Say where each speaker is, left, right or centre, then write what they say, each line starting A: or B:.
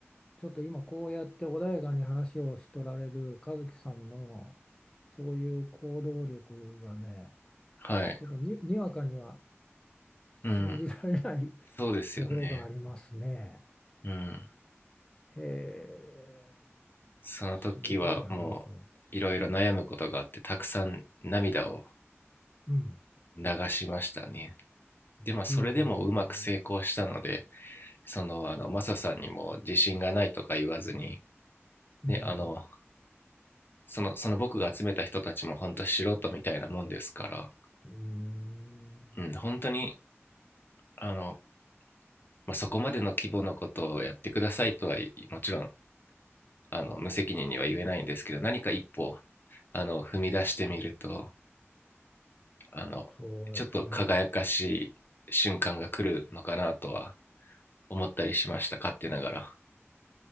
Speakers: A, on the left; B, on the left.
A: ちょっと今こうやって穏やかに話をしとられる和樹さんのそういう行動力がね、
B: はい
A: ちょっとに、にわかには信じられない
B: うんそうですよね
A: <laughs> ところがありますね。
B: うん
A: へえ、
B: その時はもういろいろ悩むことがあってたくさん涙を
A: すごい話を。うん。
B: 流しましたねで、まあ、それでもうまく成功したので、
A: へえ、
B: その、あの、マサさんにも自信がないとか言わずに、
A: うん。
B: ね、あの、その、その僕が集めた人たちも本当素人みたいなもんですから、
A: うーん、
B: うん、本当に、あの、まあ、そこまでの規模のことをやってくださいとは、もちろん、あの、無責任には言えないんですけど、何か一歩、あの、踏み出してみると、あの、
A: そうですね。
B: ちょっと輝かしい瞬間が来るのかなとは思ったりしました、勝手ながら。